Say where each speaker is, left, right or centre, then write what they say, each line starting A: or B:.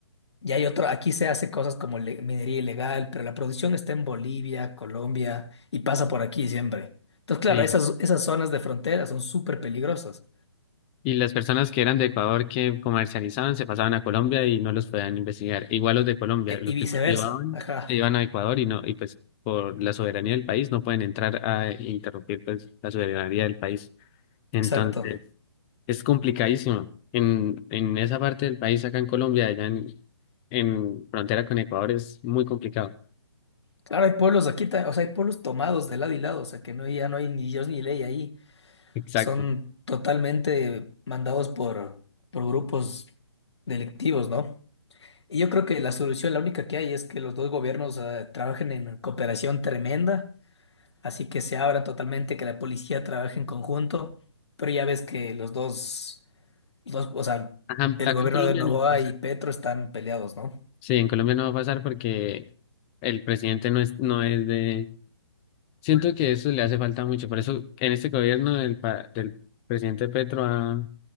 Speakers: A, on the left; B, on the left.
A: Y hay otro, aquí se hace cosas como le- minería ilegal, pero la producción está en Bolivia, Colombia y pasa por aquí siempre. Entonces, claro,
B: Sí.
A: esas, esas zonas de frontera son súper peligrosas.
B: Y las personas que eran de Ecuador que comercializaban se pasaban a Colombia y no los podían investigar. Igual los de Colombia,
A: E-
B: los
A: y viceversa.
B: que cultivaban,
A: Ajá,
B: se iban a Ecuador y no, y pues por la soberanía del país no pueden entrar a interrumpir pues la soberanía del país. Entonces,
A: exacto.
B: es complicadísimo. En, en esa parte del país, acá en Colombia, allá en, en frontera con Ecuador, es muy complicado.
A: Claro, hay pueblos aquí, ta- o sea, hay pueblos tomados de lado y lado, o sea, que no, ya no hay ni Dios ni ley ahí.
B: Exacto.
A: Son totalmente mandados por, por grupos delictivos, ¿no? Y yo creo que la solución, la única que hay, es que los dos gobiernos eh, trabajen en cooperación tremenda, así que se abran totalmente, que la policía trabaje en conjunto, pero ya ves que los dos, los, o sea,
B: Ajá,
A: el
B: acá
A: gobierno
B: en Colombia
A: de Novoa
B: no va a pasar.
A: y Petro están peleados, ¿no?
B: Sí, en Colombia no va a pasar porque el presidente no es, no es de Siento que eso le hace falta mucho. Por eso en este gobierno del, pa- del presidente Petro ha,